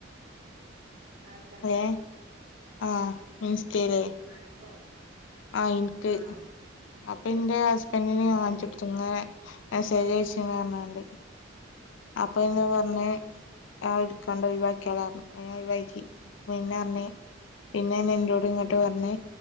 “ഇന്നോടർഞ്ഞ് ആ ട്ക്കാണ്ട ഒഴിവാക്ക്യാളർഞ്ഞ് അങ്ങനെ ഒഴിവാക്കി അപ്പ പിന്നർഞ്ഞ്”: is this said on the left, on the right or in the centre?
Left